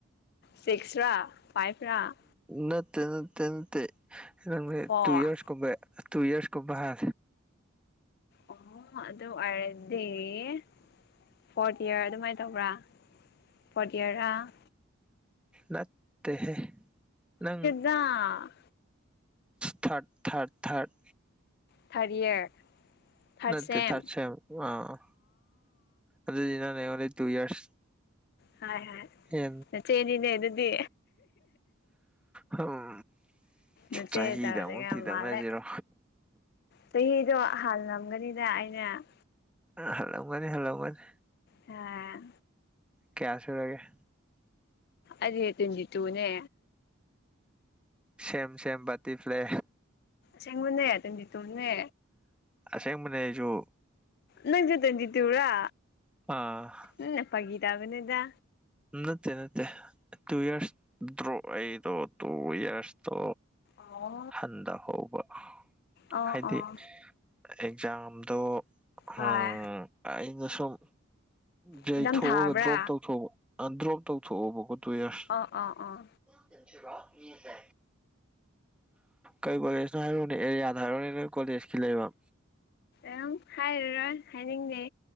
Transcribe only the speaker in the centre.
ꯅꯠꯇꯦ ꯅꯠꯇꯦ ꯅꯠꯇꯦꯪ
ꯇꯨ ꯏꯌꯥꯔꯁꯀꯨꯝꯕꯦ ꯇꯨ ꯏꯔꯁꯀꯣ ꯕꯥꯔ
ꯅꯠꯇꯦꯦ ꯅꯪ
ꯊꯥꯔꯠ ꯊꯥꯔꯠ ꯊꯥꯔꯠ
ꯅꯠꯇꯦ
ꯊꯥꯔꯠ ꯑꯥ ꯑꯗꯨꯗꯤ ꯅ ꯑꯣꯂꯤ ꯇꯨ ꯏꯌꯥꯔꯁ
ꯍ
ꯍꯝ
ꯆꯍꯤꯗ
ꯑꯃꯨꯛꯇꯤ ꯇꯛꯅꯁꯤꯔꯣ
ꯑ ꯍꯜꯂꯛꯕꯅꯤ ꯍꯜꯂꯛꯕꯅꯤ
ꯀꯌꯥꯁꯤꯔꯒꯦ
ꯁꯝ ꯁꯃ ꯄꯇ ꯄ꯭ꯂꯦ
ꯑꯁꯦꯡꯕꯅꯦ ꯑꯩꯁꯨ
ꯑꯥ
ꯅꯠꯇꯦ ꯅꯠꯇꯦ ꯇꯨ ꯏꯌꯥꯔꯁ ꯗ꯭ꯔꯣ ꯑꯩꯗꯣ ꯇꯨ ꯏꯌꯥꯔꯁꯇꯣ
ꯍꯟꯊꯍꯧꯕ
ꯍꯥꯏꯗꯤ
ꯑꯦꯛꯖꯥꯝꯗꯣ ꯎꯝ
ꯑꯩꯅ ꯁꯨꯝ ꯌꯩꯊꯣꯛꯑꯒ
ꯗ꯭ꯔꯣꯞ ꯇꯧꯊꯣꯛꯕ ꯑꯟꯗ꯭ꯔꯣꯞ ꯇꯧꯊꯣꯛꯑꯣꯕꯀꯣꯠꯇꯣꯏꯔꯁ
ꯆꯖꯔ ꯌꯦꯁꯦ ꯀꯩ ꯀꯣꯂꯦꯖꯅ ꯍꯥꯏꯔꯣꯅꯦ ꯑꯦꯔꯤꯌꯥꯗ ꯍꯥꯏꯔꯨꯅꯦ ꯅꯣꯏ ꯀꯣꯂꯦꯖꯀꯤ ꯂꯩꯕ